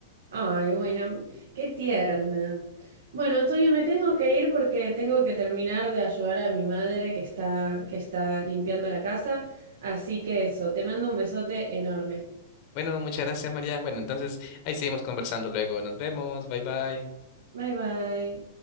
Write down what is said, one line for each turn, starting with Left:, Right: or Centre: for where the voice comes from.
Right: Ay, bueno, qué tierna. Bueno, Antonio, me tengo que ir porque tengo que terminar de ayudar a mi madre que está, que está limpiando la casa. Así que eso, te mando un besote enorme.
Left: Bueno, muchas gracias, María. Bueno, entonces ahí seguimos conversando luego. Nos vemos. Bye bye.
Right: Bye bye.